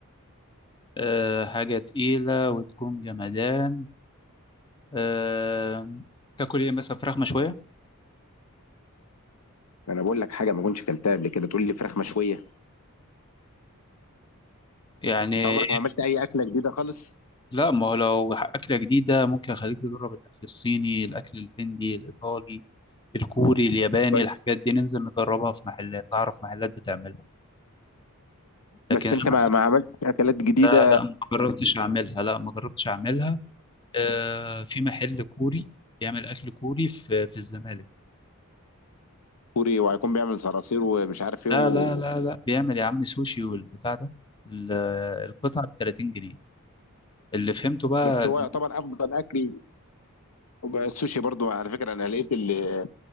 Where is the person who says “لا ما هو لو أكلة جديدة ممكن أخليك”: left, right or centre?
Left